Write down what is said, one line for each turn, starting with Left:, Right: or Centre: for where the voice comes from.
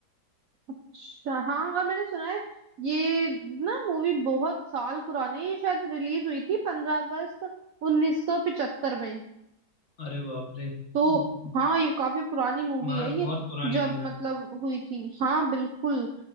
Right: अच्छा हाँ और मैंने सुना है ये ना मूवी बहुत साल पुरानी है ये शायद रिलीज हुई थी पंद्रह अगस्त उन्नीस सौ पिचहत्तर में
Left: अरे बाप रे
Right: तो
Left: बहुत
Right: हाँ ये काफी पुरानी मूवी
Left: बहुत
Right: है ये
Left: पुरानी
Right: जब
Left: मूवी
Right: मतलब हुई थी हाँ बिल्कुल